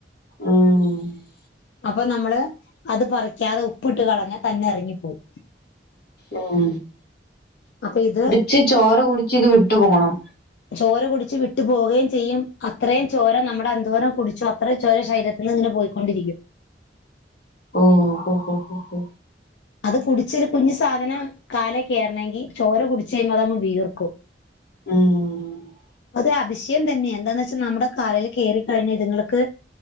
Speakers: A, on the left (about 60°); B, on the left (about 80°).
A: ഉം
B: അപ്പൊ നമ്മള് അത് പറിക്കാതെ ഉപ്പിട്ട് കളഞ്ഞാ തന്നെ എറങ്ങിപ്പോവും
A: ഉം
B: അപ്പൊ ഇത്
A: ക്ഷേ ചോര കുടിച്ച് ഇത് വിട്ട് പോണം
B: ചോര കുടിച്ച് വിട്ട് പോകേം ചെയ്യും അത്രേം ചോര നമ്മുടെ എന്തോരം കുടിച്ചോ അത്ര ചോര ശരീര ന്ന്ങ്ങനെ പോയിക്കൊണ്ടിരിക്കും
A: ഓ ഹൊ ഹൊ ഹൊ
B: അത് കുടിച്ച് കുഞ്ഞു സാധനം കാലേ കേറണെങ്കി ചോര കുടിച്ച് കഴിയുമ്പോ അതങ്ങ് വീർക്കും
A: ഉം
B: അത് അതിശയം തന്നെ എന്താന്നെച്ചാ നമ്മടെ കാലെ കേറി കഴിഞ്ഞ ഇത്ങ്ങക്ക്